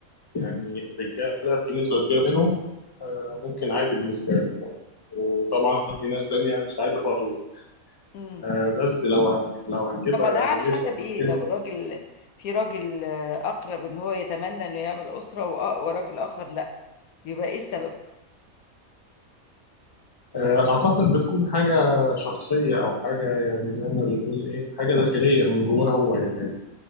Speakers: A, on the left; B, on the left.
A: يعني الرجالة في نسبة كبيرة منهم آه، ممكن عادي بالنسبة له وطبعا في ناس تانية مش عادي خالص
B: مم.
A: آه، بس لو هن- لو هنجيبها
B: طبعا ده على حسب
A: نسبة
B: ايه
A: نسبة
B: لو الراجل في راجل آه، اقرب ان هو يتمنى انه يعمل اسره وأ- وراجل اخر لا بيبقى ايه السبب
A: آه، أعتقد بتكون حاجة شخصية أو حاجة يعني زي ما بنقول إيه حاجة داخلية من جواه هو يعني